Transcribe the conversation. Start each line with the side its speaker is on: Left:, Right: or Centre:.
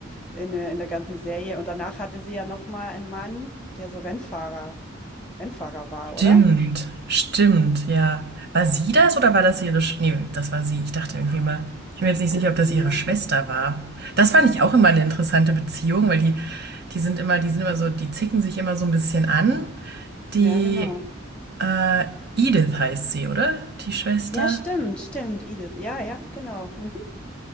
Centre: in der, in der ganzen Serie. Und danach hatte sie ja noch mal einen Mann, der so Rennfahrer, Rennfahrer war,
Right: Stimmt,
Centre: oder?
Right: stimmt, ja. War sie das oder war das ihre Sch Nee, das war sie. Ich dachte irgendwie mal, ich bin mir jetzt nicht sicher, ob das ihre
Centre: Ja,
Right: Schwester war. Das fand ich auch immer eine interessante Beziehung, weil die, die sind immer, die sind immer so, die zicken sich immer so ein bisschen an. Die,
Centre: ja, genau.
Right: äh, Edith heißt sie, oder? Die Schwester.
Centre: Ja, stimmt, stimmt, Edith. Ja, ja, genau. Mhm.